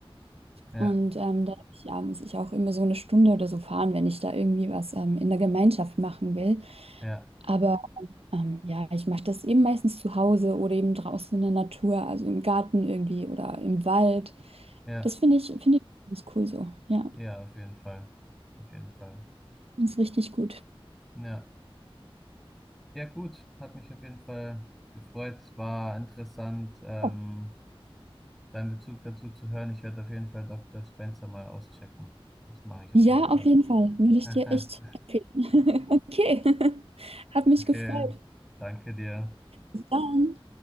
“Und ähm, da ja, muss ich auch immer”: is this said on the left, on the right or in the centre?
Right